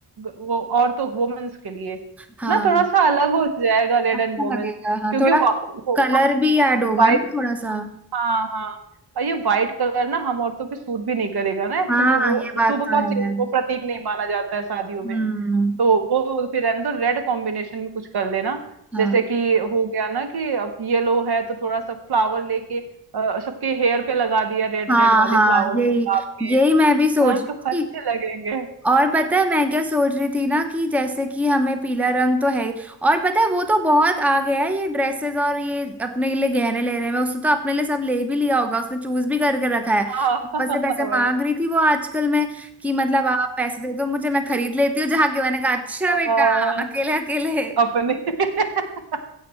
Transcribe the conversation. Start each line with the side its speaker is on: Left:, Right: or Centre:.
Right: वो और तो वुमेन्स के लिए
Centre: हाँ
Right: ना थोड़ा सा अलग हो जाएगा रेड
Centre: अच्छा
Right: एंड वुमेन्स
Centre: लगेगा हाँ
Right: क्योंकि
Centre: थोड़ा
Right: वा, वो
Centre: कलर
Right: हाँ
Centre: भी ऐड होगा
Right: व्हाइट
Centre: ना थोड़ा सा
Right: हाँ हाँ और ये व्हाइट कलर ना हम औरतों पे सूट भी नहीं करेगा ना एक्चुअली
Centre: हाँ
Right: वो
Centre: ये बात
Right: शुभ
Centre: तो
Right: का चि-
Centre: है मैम
Right: वो प्रतीक नहीं माना जाता है शादियों
Centre: हम्म
Right: में तो वो फिर रहने दो रेड कॉम्बिनेशन में कुछ कर लेना
Centre: हाँ
Right: जैसे कि हो गया ना कि अब येलो है तो थोड़ा सा फ्लावर लेके अ, सबके हेयर पे लगा दिया रेड
Centre: हाँ
Right: रेड वाले
Centre: हाँ
Right: फ्लावर्स
Centre: यही
Right: गुलाब के
Centre: यही मैं भी सोच
Right: हाँ
Centre: रही
Right: तो अच्छे
Centre: थी
Right: लगेंगे
Centre: और पता है मैं क्या सोच रही थी ना कि जैसे कि हमें पीला रंग तो है ही और पता है वो तो बहुत आ गया है ये ड्रेसेस और ये अपने लिए गहने लेने में उसने तो अपने लिए सब ले भी लिया होगा उसने चूज भी करके रखा
Right: हाँ
Centre: है पैसे पैसे मांग रही थी वो आजकल में कि मतलब आप पैसे दे दो मुझे मैं खरीद लेती हूँ जाके मैंने कहा अच्छा
Right: <laughs>
Centre: बेटा
Right: भाई
Centre: अकेले अकेले
Right: अपने <laughs> सबका